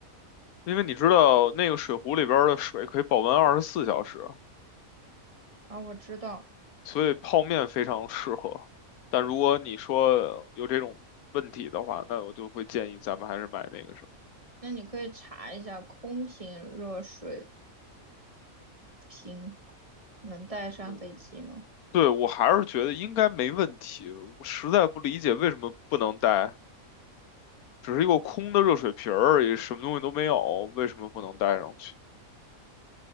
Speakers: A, on the left; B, on the right.
A: 因为你知道那个水壶里边儿的水可以保温二十四小时。
B: 啊，我知道，
A: 所以泡面非常适合。但如果你说有这种问题的话，那我就会建议咱们还是买那个什么。
B: 那你可以查一下空瓶热水瓶能带上飞机吗？
A: 嗯，对，我还是觉得应该没问题。我实在不理解为什么不能带，只是一个空的热水瓶儿而已，什么东西都没有，为什么不能带上去？